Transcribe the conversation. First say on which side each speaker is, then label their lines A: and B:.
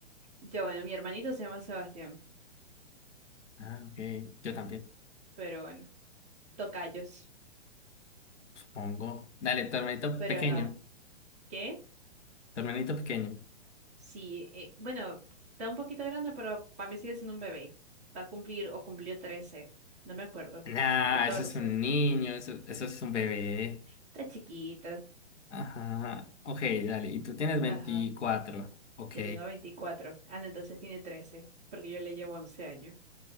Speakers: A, on the right (about 15°); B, on the left (about 75°).
A: Yo, bueno, mi hermanito se llama Sebastián.
B: ah, ok, yo también,
A: Pero bueno, tocayos.
B: supongo. Dale, tu hermanito
A: Pero
B: pequeño,
A: ajá. ¿Qué?
B: tu hermanito pequeño.
A: Sí, eh, bueno, está un poquito grande, pero para mí sigue siendo un bebé. Va a cumplir o cumplió 13, no me acuerdo,
B: Nah,
A: o 14.
B: eso es un niño, eso, eso es un bebé.
A: Está chiquito.
B: Ajá, ok, dale, y tú tienes veinticuatro
A: Ajá,
B: ok.
A: yo tengo 24. Ah, no, entonces tiene 13, porque yo le llevo 11 años.